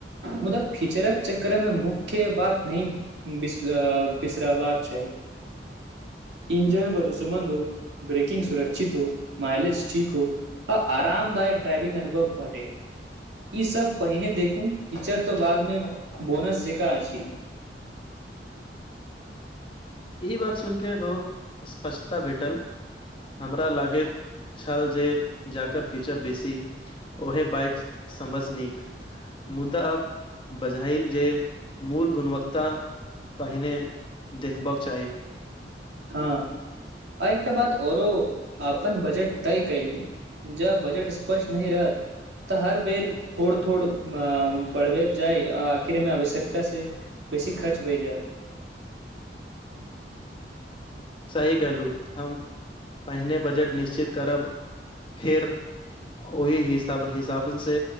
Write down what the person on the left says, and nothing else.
ई बात सुन के बहुत स्पष्टता भेटल हमरा लागैत छल जे जकर फीचर बेसी ओहे बाइक समझ नीक मुदा बझाइल जे मूल गुणवक्तता पहिने बक चाही
सही कहलू हम पहिने बजट निश्चित करब फेर ओहि हिसाब हिसाब से